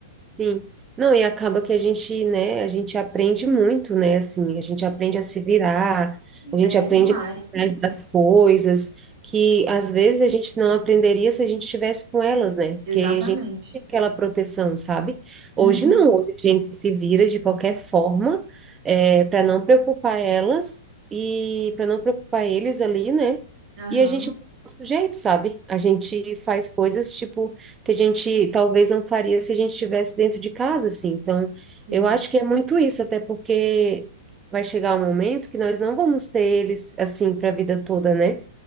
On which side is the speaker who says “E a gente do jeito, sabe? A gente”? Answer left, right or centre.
Right